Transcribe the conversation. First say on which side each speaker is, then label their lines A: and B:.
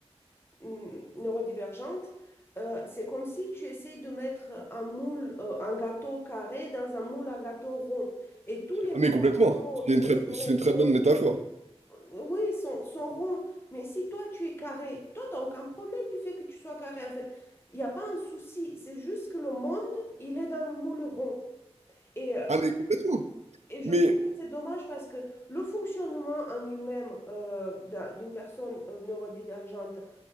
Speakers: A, on the left; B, on the right.
A: mm, mm, neurodivergente, euh, c'est comme si tu essayes de mettre un moule, euh, un gâteau carré dans un moule à gâteau rond. Et tous les
B: Ah
A: moules
B: mais complètement.
A: à gâteau
B: C'est une
A: considérés
B: très, c'est une très
A: normaux,
B: bonne métaphore.
A: oui, sont, sont ronds. Mais si toi, tu es carré, toi, tu n'as aucun problème du fait que tu sois carré. En fait, il n'y a pas un souci. C'est juste que le monde, il est dans le moule rond. Et euh,
B: Ah mais complètement.
A: et je
B: Mais
A: trouve que c'est dommage parce que le fonctionnement en lui-même euh, d'un- d'une personne euh, neurodivergente